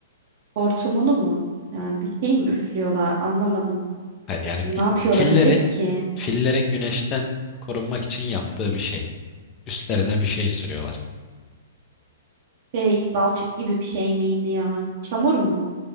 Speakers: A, on the right (about 55°); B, on the left (about 30°).
A: Hortumunu mu? Yani bir şey mi üflüyorlar? Anlamadım.
B: Hayır yani gü-
A: E, ne yapıyor
B: fillerin
A: olabilir ki?
B: fillerin güneşten korunmak için yaptığı bir şey. Üstlerine bir şey sürüyorlar.
A: Şey, balçık gibi bir şey miydi ya? Çamur mu?